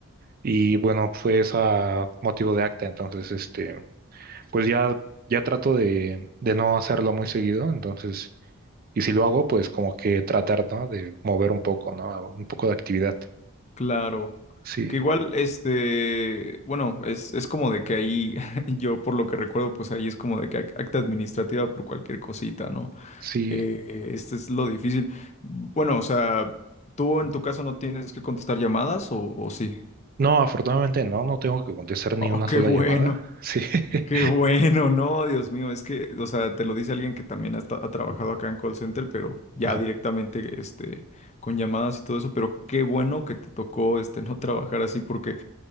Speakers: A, on the right (about 40°); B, on the left (about 30°).
A: Y bueno, fue esa motivo de acta, entonces, este, pues ya, ya trato de, de no hacerlo muy seguido, entonces... Y si lo hago, pues como que tratar, ¿no? De mover un poco, ¿no? Un poco de actividad.
B: Claro.
A: Sí,
B: Que igual, este, bueno, es, es como de que ahí, <laughs> yo por lo que recuerdo, pues ahí es como de que ac- acta administrativa por cualquier cosita, ¿no?
A: sí.
B: Eh, eh, este es lo difícil. Bueno, o sea, ¿tú en tu caso no tienes que contestar llamadas o, o sí?
A: No, afortunadamente no, no tengo que contestar ni
B: Oh,
A: una
B: qué
A: sola
B: bueno,
A: llamada. Sí. <laughs>
B: qué bueno, no, Dios mío, es que, o sea, te lo dice alguien que también ha, esta- ha trabajado acá en call center, pero ya
A: Ajá,
B: directamente, este, con llamadas y todo eso, pero qué bueno que te tocó, este, no trabajar así porque...